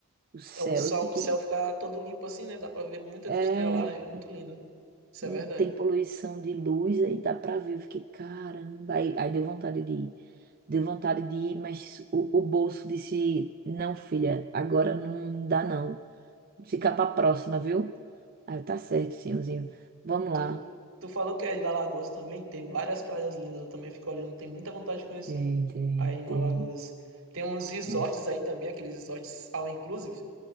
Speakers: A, on the right; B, on the right.
A: o céu.
B: É, O sol,
A: Eu fiquei,
B: o céu fica todo limpo assim, né? Dá pra ver muitas
A: é.
B: estrelas lá. É muito lindo. Isso
A: Não
B: é verdade.
A: tem poluição de luz, aí dá pra ver. Eu fiquei, caramba. Aí, aí deu vontade de ir. Deu vontade de ir, mas o, o bolso disse: Não, filha, agora não dá não. Fica pra próxima, viu? Aí eu, tá certo, senhorzinho. Vamos
B: Tu,
A: lá.
B: tu falou que é da Alagoas também, tem várias praias lindas, eu também fico olhando, Tenho muita vontade de conhecer
A: Tem, tem,
B: aí no
A: tem.
B: Alagoas. Tem uns resorts
A: Nossa.
B: aí também, aqueles resorts all inclusive.